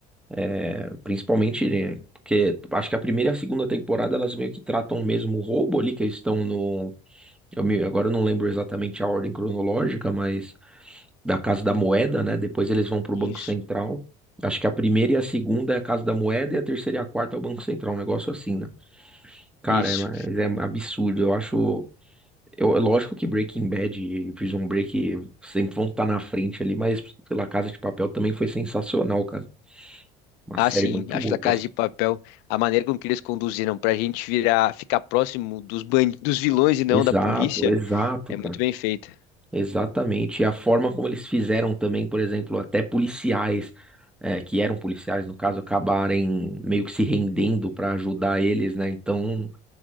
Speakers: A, in the centre; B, on the left.
A: É, principalmente, né, porque acho que a primeira e a segunda temporada elas meio que tratam o mesmo roubo ali, que eles estão no. Eu me- agora eu não lembro exatamente a ordem cronológica, mas da Casa da Moeda, né? Depois eles vão pro
B: Isso.
A: Banco Central. Acho que a primeira e a segunda é a Casa da Moeda e a terceira e a quarta é o Banco Central, um negócio assim, né? Cara,
B: Isso.
A: é, mas é absurdo. Eu acho. Eu, é lógico que Breaking Bad e Prison Break sempre vão estar na frente ali, mas pela Casa de Papel também foi sensacional, cara. Uma
B: Ah,
A: série
B: sim,
A: muito
B: acho
A: boa,
B: que La
A: cara.
B: Casa de Papel, a maneira com que eles conduziram pra gente virar, ficar próximo dos bandi- dos vilões e não
A: Exato,
B: da polícia,
A: exato,
B: é
A: cara.
B: muito bem feita.
A: Exatamente. E a forma como eles fizeram também, por exemplo, até policiais, eh, que eram policiais, no caso, acabarem meio que se rendendo para ajudar eles, né? Então,